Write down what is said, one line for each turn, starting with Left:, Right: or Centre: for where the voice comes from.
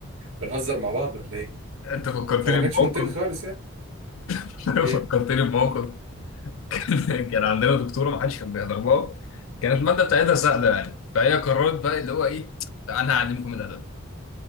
Right: بنهزر مع بعض ولا ايه
Left: <laughs> انت فكرتني
Right: فما كانش
Left: بموقف
Right: منطقي خالص يعني
Left: <laughs>
Right: ايه
Left: فكرتني بموقف <laughs> كان عندنا دكتوره ما حدش كان بيحضر لها كانت الماده بتاعتها سهله يعني فهي قررت بقى اللي هو ايه لا انا هعلمكم الادب